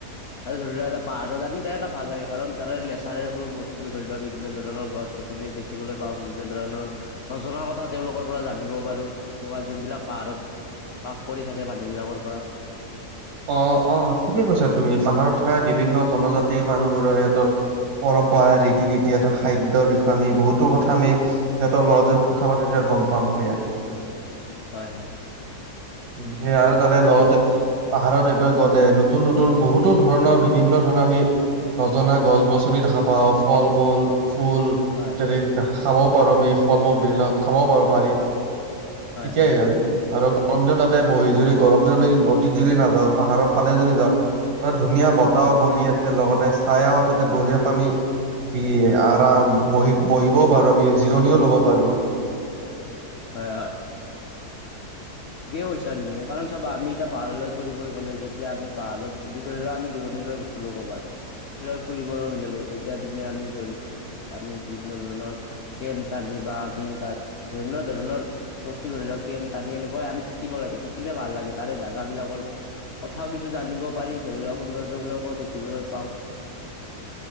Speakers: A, on the left (about 60°); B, on the right (about 80°).
A: আৰু ধৰি লোৱা এটা পাহাৰত আমি যাই এটা ভাল লাগে কাৰণ তাৰে নেচাৰেল বোৰ বস্তু ধৰি লোৱা বিভিন্ন ধৰণৰ গছ <unintelligible> দেখিবলৈ পাওঁ বিভিন্ন ধৰণৰ নজাৰ কথা তেওঁলোকৰ পৰা জানিব বাৰু এনেকুৱা যোনবিলাক পাহাৰত বাহ কৰি থাকে মানুহ বিলাকৰ পৰা
B: অ অ ঠিকে কৈছা তুমি পাহাৰত থকা বিভিন্ন জনজাতিৰ মানুহবোৰৰ সিহঁতৰ পৰম্পৰা ৰীতি নীতি আৰু খাদ্যৰ বিষয়ে আমি বহুতো কথা আমি সিহঁতৰ লগত যদি কথা পাতো তেতিয়া গম পাম সেয়া
A: হয় হয় হয়
B: উ সেই আৰু তাতে লগতে পাহাৰত এইবাৰ গ'লে নতুন নতুন বহুতো ধৰণৰ বিভিন্ন ধৰণৰ আমি নজনা গছ গছনি দেখা পাও ফল মূল ফুল
A: হয়
B: ইত্যাদি খাবও পাৰো আমি ফল মূল বিলাক খাবও পাৰো পাৰি
A: হয়
B: ঠিকেই
A: হয়
B: আৰু গৰম দিনত তাতে বহি যদি গৰম দিনত আমি নদীত যদি নাযাওঁ পাহাৰৰ ফালে যদি যাওঁ তাতে ধুনীয়া বতাহও
A: হয়
B: বলি আছে লগতে চাইও তাতে বঢ়িয়াকৈ আমি বি আৰাম বহি বহিবও পাৰো আমি জিৰণিও ল'ব পাৰো
A: হয় হয় ঠিকেই কৈছা তুমি কাৰণ চাবা আমি এতিয়া পাহাৰলৈ ফুৰিবলৈ গ'লে যেতিয়া আমি পাহাৰত যদি ধৰি লও আমি দূৰণিলৈ গ'লো ক'বাত ফুৰিবলৈ গলো তেতিয়া তুমি আমি ধৰি আমি বিভিন্ন ধৰণৰ কেম টানি বা আমি তাত ধৰিন ধৰণৰ বস্তু ধৰি লওক কেম টানি এনে ক আমি থাকিব লাগে থাকিলে ভাল লাগে তাৰে জেগা বিলাকৰ কথাও কিছু জানিব পাৰি ধৰি লওক সৌন্দৰ্যবিলাকো দেখিবলে পাওঁ